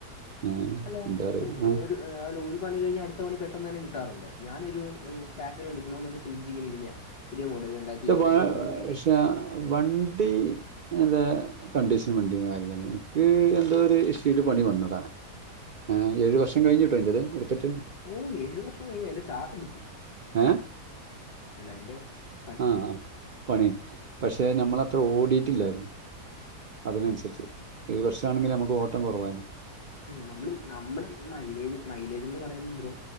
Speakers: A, on the right; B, on the left.
A: ഏഹ്
B: ഹലോ
A: എന്താ പറയുക ആ
B: ഒരു അഹ് ഒരു പണികഴിഞ്ഞ് അടുത്ത പണി പെട്ട ന്നെന്നെ കിട്ടാറുണ്ടോ ഞാനൊരു ഒരു പാഷൻ എടുക്കണോ ന്ന് ചിന്തിച്ചിങ്ങനെ രിന്നയ പുതിയ മോഡല് രണ്ടായിത്തി
A: പക്ഷെ
B: ഇരുപത്തിത്തഞ്ച്
A: വ
B: മോഡെല്
A: <unintelligible> വണ്ടി നല്ല കണ്ടീഷൻ വണ്ടി <unintelligible> എനിക്ക് എന്തോ ഒരു ഇഷ്യൂല് പണി വന്നതാണ് ആഹ് ഏഴ് വർഷം കഴിഞ്ട്ടോ എന്റേത് ഇട്ത്ട്ട്
B: ഓഹ് ഏഴ് വർഷം കഴിഞ്ഞോ എന്റെ <unintelligible>
A: ഏഹ്
B: <unintelligible>
A: ആഹ് ആഹ് പണി പക്ഷെ നമ്മൾ അത്ര ഓടിട്ടില്ലായിരുന്നു അതിനനുസരിച്ച്
B: ഓ
A: ഏഴ് വർഷാണെങ്കിലും നമ്മക്ക് ഓട്ടം കൊറവായിരുന്നു
B: ന്നമ്മള് ന്നമ്മള് മൈലേജ് മൈലേജെന്ന് പറയുമ്പോ ബ്രോ